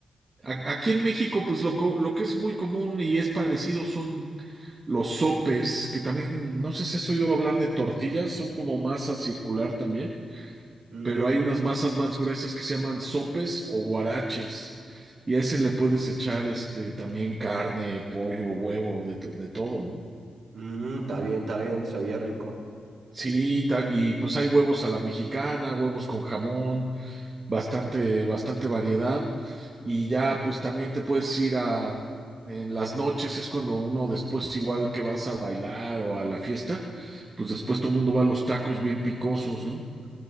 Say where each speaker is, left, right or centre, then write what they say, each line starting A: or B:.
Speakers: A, on the right; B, on the right.
A: A- aquí en México, pues lo, co- lo que es muy común y es parecido son los sopes, que también, no sé si has oído hablar de tortillas, son como masa circular también.
B: mm,
A: pero hay unas masas más gruesas que se llaman sopes o guaraches. Y a ese le puedes echar este también carne, pollo, huevo, de, de todo, ¿no?
B: mm, está bien, está bien, sabía rico.
A: Sí,
B: Y,
A: ta- y pues hay huevos a la mexicana, huevos con jamón, bastante, bastante variedad. Y ya pues también te puedes ir a, en las noches es cuando uno después igual que vas a bailar o a la fiesta, pues después todo el mundo va a los tacos bien picosos, ¿no?